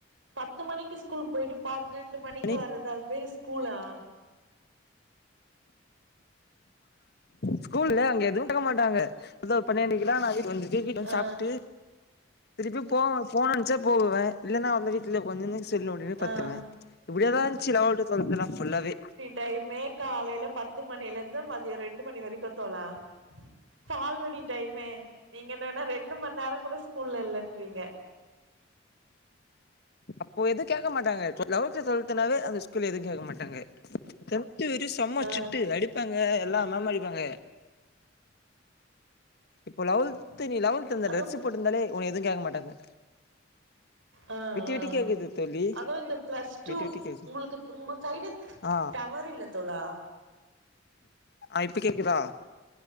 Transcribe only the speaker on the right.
பத்து மணிக்கு ஸ்கூல் போயிட்டு பன்னெண்டு மணிக்கு
வர்றது அது பேர் ஸ்கூல்லா
ஆ
ஆ
தையுமே காலைல பத்து மணிலந்து மதியு ரெண் டுமணி வெரிக்கு தோழா பால்வாடி டைமு நீங்க என்னனா ரெண்டு மண் நேரங் கூட ஸ்கூல்ல இல்லன்றீங்க
ஆ
அதுவு
ஆ
ஆ
அதா இந்த ப்ளஸ் டூ
உங்குளுக்கு உங்க சைடு
டவர் இல்ல தோழா